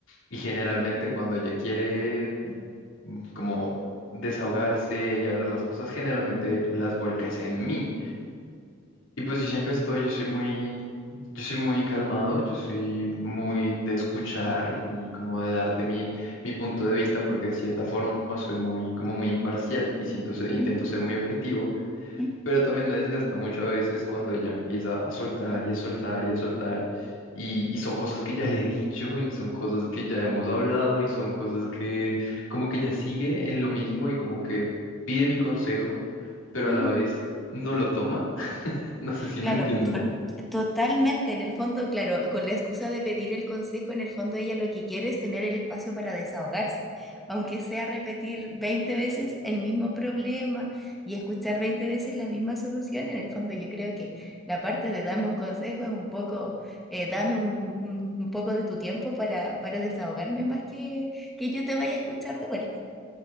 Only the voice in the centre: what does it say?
Ujú,
ujú,
ujú.
Claro,
por- totalmente. En el fondo, claro, con la excusa de pedir el consejo, en el fondo ella lo que quiere es tener el espacio para desahogarse, aunque sea repetir 20 veces el mismo problema y escuchar 20 veces la misma solución. En el fondo, yo creo que la parte de dame un consejo es un poco, eh, dame un, un- un poco de tu tiempo para, para desahogarme más que que yo te vaya a escuchar de vuelta.